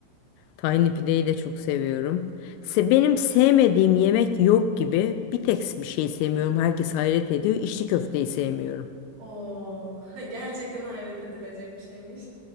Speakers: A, on the left; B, on the right.
A: Tahinli pideyi de çok seviyorum. Se benim sevmediğim yemek yok gibi. Bir tek bir şey sevmiyorum. Herkes hayret ediyor. İçli köfteyi sevmiyorum.
B: Oo, <laughs> gerçekten hayret edilecek bir şeymiş.